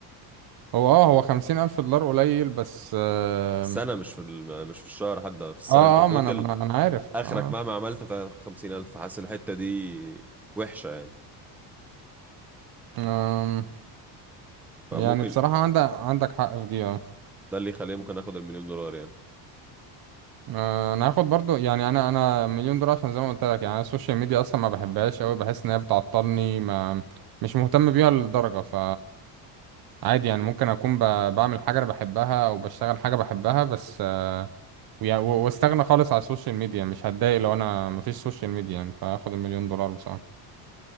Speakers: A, on the right; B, in the centre.
A: هو اه هو خمسين ألف دولار قليل بس آه
B: السنة مش في ال- مش في الشهر حتى في السنة
A: اه,
B: انت توتل
A: آه ما أنا ما أنا ما أنا عارف
B: اخرك
A: اه
B: مهما عملت هتاخد 50000 حاسس الحتة دي وحشة يعني
A: آم،
B: فممكن
A: يعني بصراحة عندك عندك حق في دي اه
B: ده اللي يخليني ممكن اخد المليون دولار يعني
A: آه، أنا هاخد برضو يعني أنا أنا مليون دولار عشان زي ما قلت لك يعني أنا السوشيال ميديا أصلا ما بحبهاش أوي بحس إن هي بتعطلني ما مش مهتم بيها للدرجة ف عادي يعني ممكن أكون ب... بعمل حاجة أنا بحبها أو بشتغل حاجة بحبها بس آه ويعني و- واستغنى خالص على السوشيال ميديا مش هتضايق لو أنا مفيش سوشيال ميديا يعني فهاخد المليون دولار بصراحة